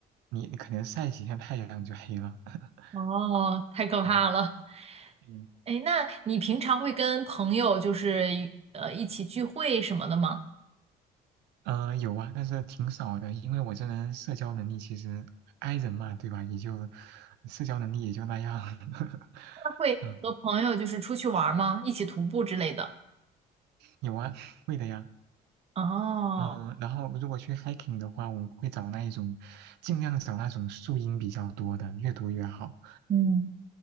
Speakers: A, on the right (about 80°); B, on the right (about 35°).
A: 你你可能晒几天太阳就黑了。<laughs>
B: 哦，太可怕了。
A: 嗯嗯。
B: 哎，那你平常会跟朋友就是呃一起聚会什么的吗？
A: 嗯，有啊，但是挺少的，因为我这人社交能力其实 i 人嘛，对吧？也就社交能力也就那样。<laughs>
B: 那会和朋友就是出去玩儿吗？
A: 嗯，
B: 一起徒步之类的？
A: 有啊，会的呀。
B: 哦，
A: 嗯，然后如果去 hiking 的话，我们会找那一种，尽量找那种树荫比较多的，越多越好。
B: 嗯